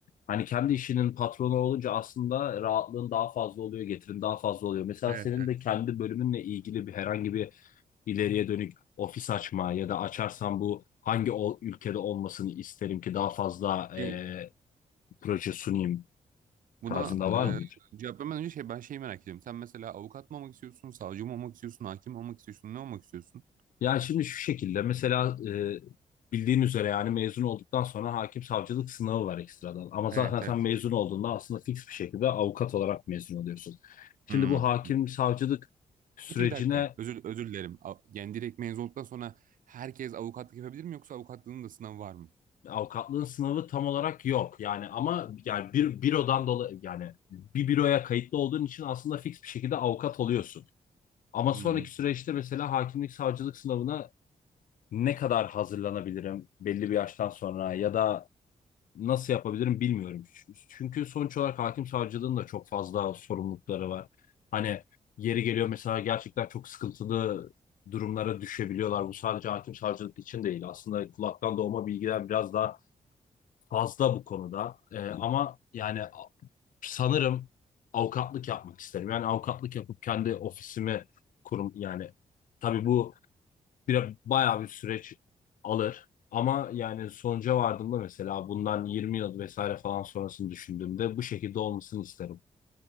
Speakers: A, on the left; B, on the right.
A: Hani kendi işinin patronu olunca aslında rahatlığın daha fazla oluyor, getirin daha fazla oluyor. Mesela
B: Evet,
A: senin
B: evet.
A: de kendi bölümünle ilgili bir herhangi bir ileriye dönük ofis açma ya da açarsam bu hangi ol- ülkede olmasını isterim ki daha fazla
B: Şey,
A: e, proje sunayım
B: buna
A: tarzında var mıdır?
B: e, cevap vermeden önce şey ben şeyi merak ediyorum. Sen mesela avukat mı olmak istiyorsun, savcı mı olmak istiyorsun, hakim mi olmak istiyorsun, ne olmak istiyorsun?
A: Yani şimdi şu şekilde mesela e, bildiğin üzere yani mezun olduktan sonra hakim savcılık sınavı var ekstradan. Ama zaten
B: Evet,
A: sen
B: evet.
A: mezun olduğunda aslında fix bir şekilde avukat olarak mezun oluyorsun. Şimdi
B: Hmm.
A: bu hakim savcılık sürecine
B: Peki bir dakika. Özür özür dilerim. A- Yani direkt mezun olduktan sonra herkes avukatlık yapabilir mi yoksa avukatlığın da sınavı var mı?
A: Avukatlığın sınavı tam olarak yok. Yani ama yani bir bürodan dolayı yani bir büroya kayıtlı olduğun için aslında fix bir şekilde avukat oluyorsun. Ama
B: Hmm.
A: sonraki
B: hmm.
A: süreçte mesela hakimlik savcılık sınavına ne kadar hazırlanabilirim belli bir yaştan sonra ya da nasıl yapabilirim bilmiyorum. Çünkü sonuç olarak hakim savcılığın da çok fazla sorumlulukları var. Hani yeri geliyor mesela gerçekten çok sıkıntılı durumlara düşebiliyorlar. Bu sadece hakim savcılık için değil. Aslında kulaktan doğma bilgiler biraz daha fazla bu konuda. Ee, ama yani a- sanırım avukatlık yapmak isterim. Yani avukatlık yapıp kendi ofisimi kurum yani tabii bu bir bayağı bir süreç alır. Ama yani sonuca vardığımda mesela bundan 20 yıl vesaire falan sonrasını düşündüğümde bu şekilde olmasını isterim.